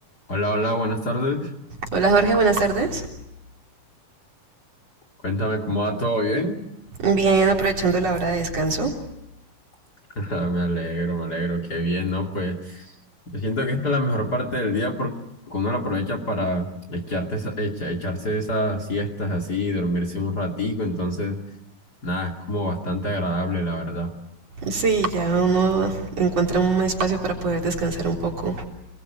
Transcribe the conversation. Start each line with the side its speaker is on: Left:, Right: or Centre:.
Left: Hola, hola, buenas tardes.
Right: Hola Jorge, buenas tardes.
Left: Cuéntame cómo va todo bien.
Right: Bien, aprovechando la hora de descanso.
Left: <laughs> Ah, Me alegro, me alegro, qué bien, ¿no? Pues yo siento que esta es la mejor parte del día porque uno la aprovecha para echarte esa- echa- echarse esas siestas así, dormirse un ratico, entonces, nada, es como bastante agradable, la verdad.
Right: Sí, ya uno encuentra un espacio para poder descansar un poco.